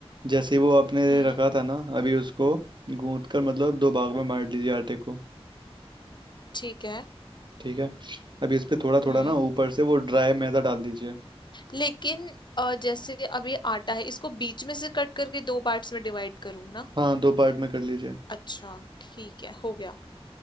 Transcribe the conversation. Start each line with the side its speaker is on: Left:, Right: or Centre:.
Right: जैसे ही वो आपने
Left: हम्म
Right: रखा था ना अभी उसको गूंथ कर मतलब दो भाग में बांट लीजिए आटे को
Left: ठीक है
Right: ठीक है अभी इस पे थोड़ा थोड़ा
Left: हम्म
Right: ना ऊपर से वो ड्राई मैदा डाल दीजिए
Left: लेकिन अ, जैसे अब ये आटा है इसको बीच में से कट करके दो पार्ट्स में डिवाइड करूँ ना
Right: हाँ दो पार्ट में कर लीजिए
Left: अच्छा ठीक है हो गया